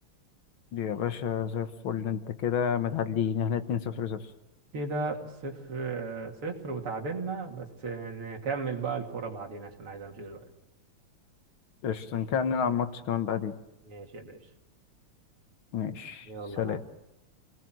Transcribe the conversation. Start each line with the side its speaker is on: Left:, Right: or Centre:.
Left: دي يا باشا زي الفل أنت كده متعادلين إحنا اتنين صفر صفر
Right: كده صفر صفر وتعادلنا بس نكمل بقى الفورة بعدين عشان عايز أمشي دلوقتي
Left: قشطة إن كان نلعب ماتش كمان بعدين
Right: ماشي يا باشا
Left: ماشي
Right: يلا
Left: سلام
Right: مع